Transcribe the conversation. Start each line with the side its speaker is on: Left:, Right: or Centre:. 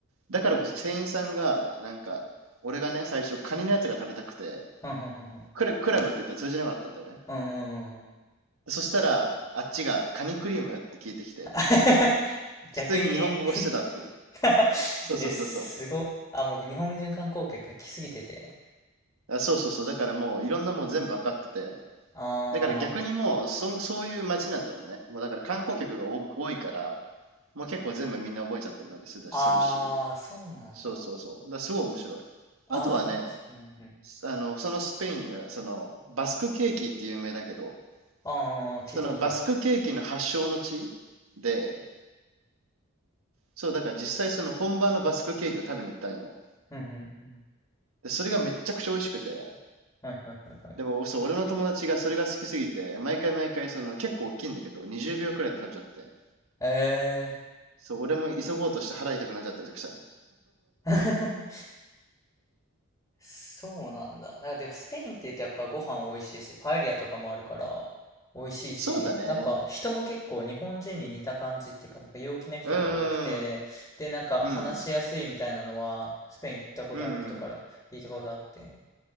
Right: だからこそ店員さんが、なんか、俺がね、最初カニのやつが食べたくて、
Left: ふんふんふんふん。
Right: クラ、クラブって言ったら通じなかったんだよね。
Left: うんうんうん。
Right: そしたら、あっちがカニクリームって聞いてきて、
Left: <laughs>
Right: 普通に日本語をしてたっていう。
Left: 逆に <laughs>
Right: そうそうそうそ
Left: え、すご。あ、もう日本人観光客が来すぎてて。
Right: う。あ、そうそうそう。だからもういろんなもう全部わかってて。
Left: あ
Right: だから逆にもう、そ、そういう街なんだろうね。もうだから観光客が多く、多いから、もう結構全部みんな覚えちゃってたりするするし。
Left: あ、ああ、そうなんだ。
Right: そうそうそう。だからすごい面白い。
Left: ああ、
Right: あとはね、
Left: な、うんうん。
Right: あの、そのスペインが、その、バスクケーキって有名だけど、
Left: ああ、聞いたことある。
Right: そのバスクケーキの発祥の地で、そう、だから実際その本場のバスクケーキを食べに行ったんよ。
Left: うんうんうんうん。
Right: で、それがめちゃくちゃ美味しくて。
Left: はいはいはいはい。
Right: でも、そう、俺の友達がそれが好きすぎて、毎回毎回その結構大きいんだけど、20秒くらいで食べちゃって。
Left: え
Right: そう、俺も急ごうとして腹痛くなっちゃったりとかしたね。
Left: え <laughs> ー。そうなんだ。なんかでもスペインって言うとやっぱご飯美味しいし、パエリアとかもあるから美味しいし、
Right: そうだね。
Left: なんか人も結構日本人に似た感じっていうか、なんか陽気な人が多くて、
Right: うーん。
Left: で、なんか話しやすいみたいなのはスペイン行ったことある人から聞いたことあって。
Right: うん。うん。